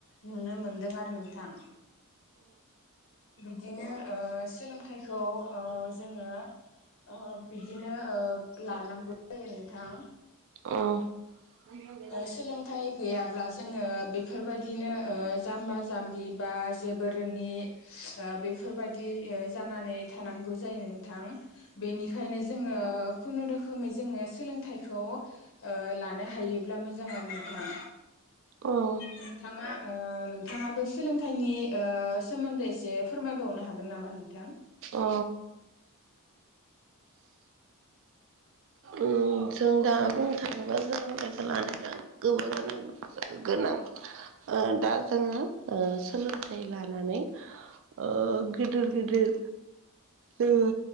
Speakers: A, on the left; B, on the right.
A: नुनो मोनदों आरो नोंथां बिदिनो ओ सोलोंथाइखौ ओ जोङो ओ बिदिनो ओ लानांगौ जायो नोंथां
B: अ
A: सोलोंथाइ गैयाब्ला जोङो बेफोरबायदिनो जाम्बा जाम्बि बा जेबो रोङि बेफोरबायदि जानानै थानांगौ जायो नोंथां। बेनिखायनो जोङो खुनुरुखोमै जोङो सोलोंथाइखौ लानो हायोब्ला मोजां आरो नोंथां।
B: औ
A: नोंथाङा ओ नोंथाङाबो सोलोंथाइनि ओ सोमोन्दै एसे फोरमायबावनो हागोन नामा नोंथां
B: अ उम जों दा बुंनो थाङोब्ला सोलोंनायखौ लानाया गोबाङानो गोनां ओ दा जोङो ओ सोलोंथाइ लानानै ओ गिदिर गिदिर जोङो